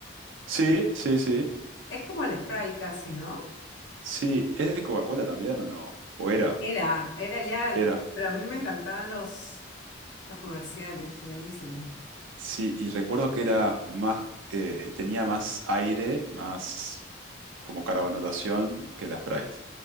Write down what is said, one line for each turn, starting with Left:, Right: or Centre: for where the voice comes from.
Right: Sí, sí, sí.
Left: Es como el Sprite casi, ¿no?
Right: Sí, ¿es de Coca-Cola también o no? ¿O era?
Left: Era, era ya,
Right: Era.
Left: pero a mí me encantaban los, los comerciales, buenísimos.
Right: Sí, y recuerdo que era más, eh, tenía más aire, más como carbonatación que la Sprite.